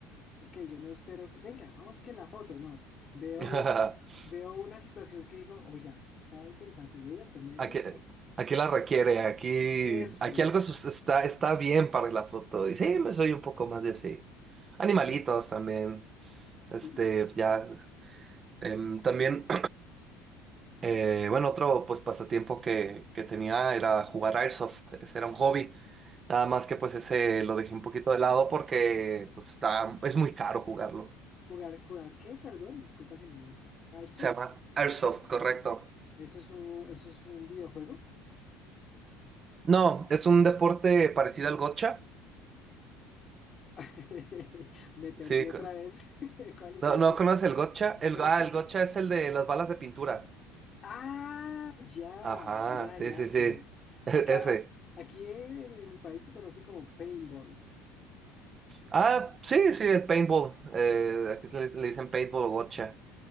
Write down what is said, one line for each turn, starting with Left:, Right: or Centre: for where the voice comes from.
Left: ok, yo no espero, venga, vamos que la foto, no, veo,
Right: <laughs>
Left: veo una situación que digo, oiga, esto está interesante, venga, tomemos
Right: Aquí,
Left: ah,
Right: aquí la requiere, aquí,
Left: eso,
Right: aquí algo sus- está, está bien para la foto. Y sí, me soy un poco más de así. Animalitos
Left: sí,
Right: también. Este,
Left: sí,
Right: ya. em, también, <clears throat> eh, bueno, otro pues pasatiempo que, que tenía era jugar Airsoft. Ese era un hobby. Nada más que pues ese lo dejé un poquito de lado porque pues, está, es muy caro jugarlo.
Left: jugar, jugar, ¿qué? Perdón, disculpa que no, no. A ver,
Right: Se llama Airsoft, correcto.
Left: Eso es un, eso es un videojuego.
Right: No, es un deporte parecido al gotcha.
Left: <laughs> Me perdí
Right: Sí,
Left: otra vez. <laughs> ¿Cuál es
Right: No,
Left: el
Right: no
Left: coche?
Right: conoces el gotcha. El,
Left: No.
Right: ah, el gotcha es el de las balas de pintura.
Left: Ah, ya,
Right: Ajá,
Left: ya,
Right: sí,
Left: ya,
Right: sí,
Left: ok.
Right: sí. <laughs> E-
Left: Acá,
Right: Ese.
Left: a- aquí en, en mi país se conoce como paintball.
Right: Ah, sí, sí, el paintball. Eh, aquí le, le dicen paintball o gotcha.